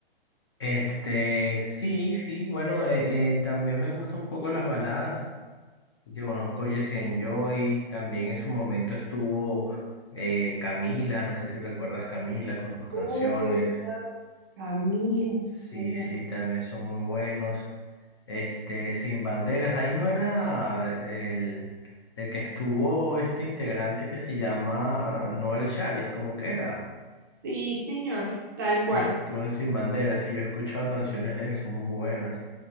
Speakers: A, on the left; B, on the right.
A: Este, sí, sí, bueno, eh, eh, también me gustan un poco las baladas. Yo conozco Jesse and Joy, también en su momento estuvo eh, Camila, no sé si recuerdas Camila con sus canciones.
B: Uy, Camila,
A: Sí,
B: ¿verdad?
A: sí, también son muy buenos. Este, Sin Banderas, ahí no era el, el que estuvo este integrante que se llama ah, Noel Charis, como que era.
B: Sí, señor, tal
A: Sí,
B: cual.
A: estuvo en Sin Banderas, sí, yo he escuchado canciones de él, son muy buenas.